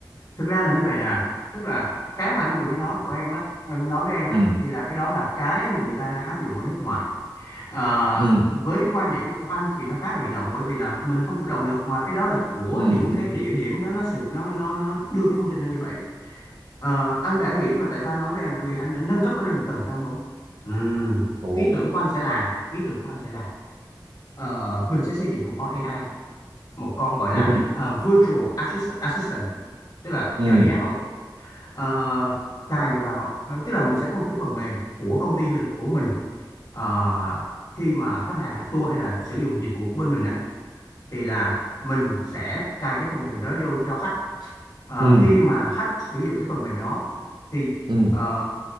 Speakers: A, on the left; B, on the right.
A: Thực ra là như vậy nè, tức là cái mà anh vừa mới nói của em á, em nói với em á,
B: ừ
A: thì là cái đó là cái mà người ta đang áp dụng ở nước ngoài. À,
B: ừ
A: với quan điểm của anh thì nó khá là bị động bởi vì là mình không chủ động được mà cái đó là của
B: ừ
A: những
B: ừ
A: cái địa điểm đó nó sự nó nó nó đưa cái thông tin ra như vậy Ờ, anh đã nghĩ và tại sao anh nói với em là bởi vì anh đã nâng cấp nó lên một tầm cao mới. Ừm,
B: ồ
A: Ý tưởng của anh sẽ là ý tưởng của anh sẽ là ờ, mình sẽ xây dựng một con AI, một con gọi là
B: ừ
A: ờ, virtual assist, assistant, tức là
B: ừ
A: trợ lý ảo. Ờ, cài vào ờ, tức là mình sẽ có một cái phần mềm của công ty du lịch của mình Ờ, khi mà khách hàng đặt tour hay là sử dụng dịch vụ của bên mình thì là mình sẽ cài cái phần mềm đó vô cho khách Ờ,
B: ừ
A: khi mà khách sử dụng cái phần mềm đó thì
B: ừ
A: ờ,